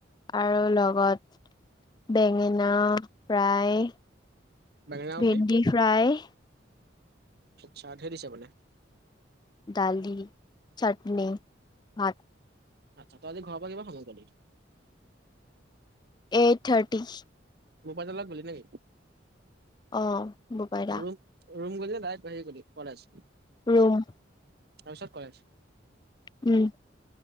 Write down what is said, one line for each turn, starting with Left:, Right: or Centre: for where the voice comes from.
Left: আৰু লগত বেঙেনা প্ৰায়
Right: বেগেনাও
Left: ভেণ্ডি ফ্ৰাই
Right: চাইথ হৈ দিছে মানে
Left: দালি, চাটনি, ভাত
Right: আচ্ছা তই আজি ঘৰৰ পৰা কিমান সময় পালি
Left: এইট থাৰটি
Right: বপাইদা লগত গলি নেকি
Left: অঁ বপাই দা
Right: ৰুম ৰুম গলি নে ডাইৰেক্ট হেৰি গলি কলেজ
Left: ৰুম
Right: তাপিচত কলেজ
Left: উম